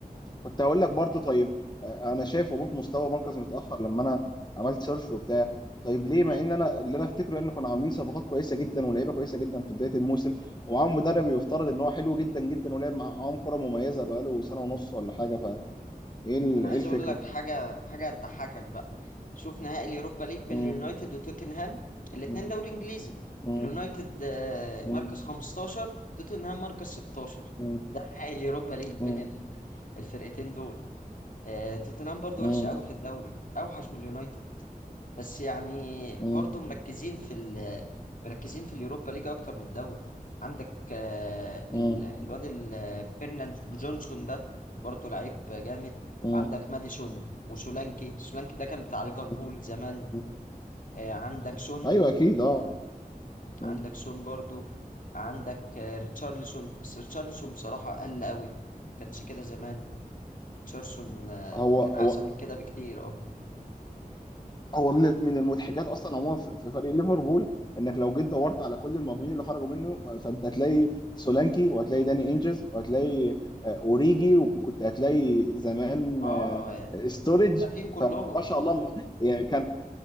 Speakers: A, on the left (about 30°); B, on the left (about 60°).
A: كنت هقول لك برضو طيب آه، أنا شايف هبوط مستوى مركز متأخر لما أنا عملت سيرش وبتاع طيب ليه مع
B: مم.
A: إن أنا اللي أنا أفتكره إن كنا عاملين صفقات كويسة جدا ولاعيبة كويسة جدا في بداية الموسم ومعاهم مدرب يفترض إن هو حلو جدا جدا ولعب معاهم كرة مميزة بقاله سنة ونص ولا حاجة فإيه ال...
B: انا عايز
A: إيه الفكرة؟
B: اقول لك حاجه حاجه هتضحكك بقى شوف نهائي اليوروبا ليج بين
A: م.
B: اليونايتد وتوتنهام الاثنين
A: م.
B: دوري انجليزي
A: م.
B: اليونايتد آه،
A: م.
B: مركز 15 توتنهام مركز 16
A: م.
B: ده نهائي اليوروبا ليج بين
A: م.
B: ال- الفرقتين دول آه، توتنهام برضه
A: م.
B: وحشه قوي في الدوري اوحش من اليونايتد بس يعني
A: م.
B: برضو مركزين في ال مركزين في اليوروبا ليج اكتر من الدوري عندك آه،
A: م.
B: ال- الواد ال- آه، فيرناند جونسون ده برضو لعيب جامد
A: م.
B: عندك ماديسون وسولانكي سولانكي ده كان بتاع ليفربول
A: م.
B: زمان
A: م.
B: آه، عندك
A: مم.
B: سون
A: ايوه اكيد اه مم.
B: عندك سون برضو عندك آه، ريتشارلسون بس ريتشارلسون بصراحة قل قوي كانش كده زمان ريتشارلسون آه،
A: هو
B: كان
A: هو
B: احسن من كده بكتير اه
A: هو من من المضحكات اصلا عموما في في فريق ليفربول انك لو جيت دورت على كل المهاجمين اللي خرجوا منه فانت هتلاقي سولانكي وهتلاقي داني انجز وهتلاقي آه، اوريجي وكنت هتلاقي زمان
B: اه
A: آه،
B: يعني
A: ستورج
B: هدافين كلهم
A: فما شاء الله م- يعني كان